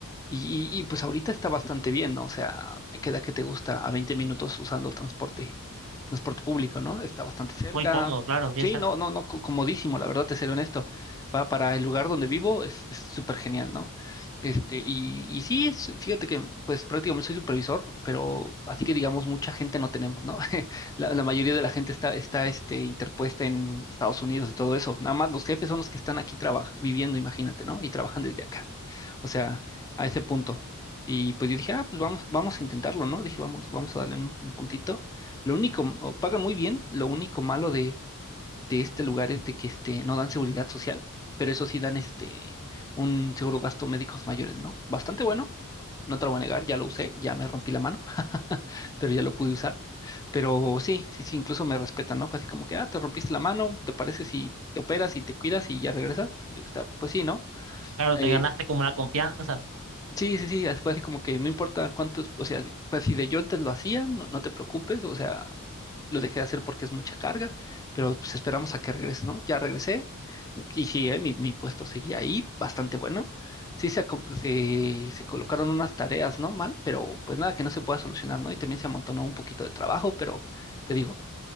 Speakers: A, on the left; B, on the right.
A: Y, y- y, pues ahorita está bastante bien, ¿no? O sea, me queda que te gusta a 20 minutos usando transporte, transporte público, ¿no? Está bastante cerca.
B: muy cómodo, claro, bien
A: Sí,
B: cerca.
A: no, no, no, co- comodísimo, la verdad, te seré honesto. Pa- para el lugar donde vivo es es súper genial, ¿no? Este, y, y sí, es- fíjate que pues prácticamente soy supervisor, pero así que digamos mucha gente no tenemos, ¿no? <laughs> La, la mayoría de la gente está, está este, interpuesta en Estados Unidos y todo eso. Nada más los jefes son los que están aquí traba- viviendo, imagínate, ¿no? Y trabajan desde acá. O sea, a ese punto. Y pues yo dije, ah, pues vamos, vamos a intentarlo, ¿no? Dije, vamos, vamos a darle un, un puntito. Lo único, o pagan muy bien, lo único malo de, de este lugar es de que este, no dan seguridad social, pero eso sí dan este, un seguro gasto médicos mayores, ¿no? Bastante bueno, no te lo voy a negar, ya lo usé, ya me rompí la mano, <laughs> pero ya lo pude usar. Pero sí, sí, sí, incluso me respetan, ¿no? Fue así como que, ah, te rompiste la mano, ¿te parece si te operas y te cuidas y ya regresas? Y ahorita, pues sí, ¿no?
B: Claro,
A: Eh,
B: te ganaste como la confianza,
A: Sí, sí, sí, así fue así como que no importa cuántos, o sea, pues si de yo antes lo hacía, no, no te preocupes, o sea, lo dejé de hacer porque es mucha carga, pero pues esperamos a que regrese, ¿no? Ya regresé y sí, eh, mi, mi puesto seguía ahí, bastante bueno. Sí, se, aco- se, se colocaron unas tareas, ¿no? Mal, pero pues nada que no se pueda solucionar, ¿no? Y también se amontonó un poquito de trabajo, pero te digo,